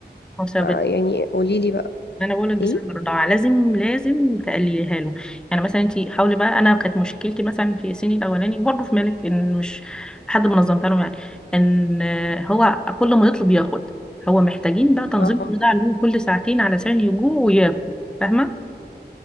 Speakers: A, in the centre; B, on the left.
A: حقيقة
B: آه، يعني قوليلي بقى
A: انا بقول لك بسبب
B: ايه
A: الرضاعه لازم لازم تقلليها له يعني مثلا انت حاولي بقى انا كانت مشكلتي مثلا في ياسين الاولاني وبرضه في مالك ان مش لحد ما نظمتها لهم يعني ان هو كل ما يطلب ياخد هو محتاجين بقى تنظيم
B: اه
A: الرضاعه له كل ساعتين علشان يجوع وياكل فاهمه